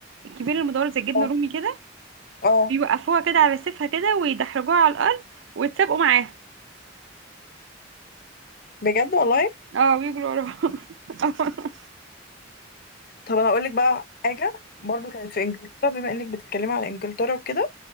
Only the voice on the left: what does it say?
اه
آه،
بجد والله
طب انا اقول لك بقى حاجه برضو كانت في انجلترا بما انك بتتكلمي على انجلترا وكده